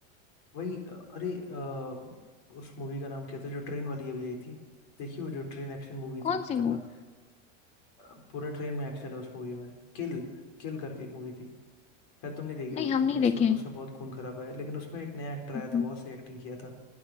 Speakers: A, on the left; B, on the left.
A: वही अ, अरे अ, उस मूवी का नाम क्या था जो ट्रेन वाली अभी आई थी देखिए वो जो ट्रेन एक्शन मूवी
B: कौन
A: थी खतरनाक
B: सी मूवी
A: अ, पूरा ट्रेन में एक्शन है उस मूवी में किल किल करके एक मूवी थी शायद तुमने देखी होगी
B: नहीं हम
A: तुम
B: नहीं देखे
A: उसमें उसमें बहुत खून खराब है लेकिन उसमें एक नया एक्टर आया
B: हम्म।
A: था बहुत सही एक्टिंग किया था